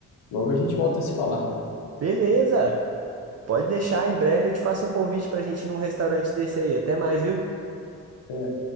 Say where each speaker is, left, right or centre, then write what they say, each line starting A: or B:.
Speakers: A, on the left; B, on the right.
A: Logo a gente volta a se falar.
B: Beleza! Pode deixar, em breve eu te faço um convite pra gente ir num restaurante desse aí. Até mais, viu?
A: Até